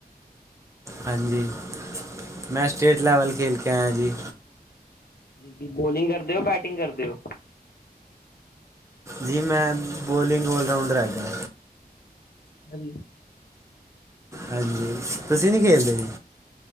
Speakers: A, on the right; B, on the left.
A: ਹਾਂਜੀ ਮੈਂ ਸਟੇਟ ਲੈਵਲ ਖੇਡ ਕੇ ਆਇਆ ਜੀ।
B: ਕਿ ਬੋਲਿੰਗ ਕਰਦੇ ਹੋ, ਬੈਟਿੰਗ ਕਰਦੇ ਹੋ।
A: ਜੀ ਮੈਂ ਬੋਲਿੰਗ ਲਰਾਊਂਡਰ ਹੈਗਾ
B: ਹਜੀ
A: ਹਾਂਜੀ ਤੁਸੀਂ ਨੀ ਖੇਲਦੇ ਜੀ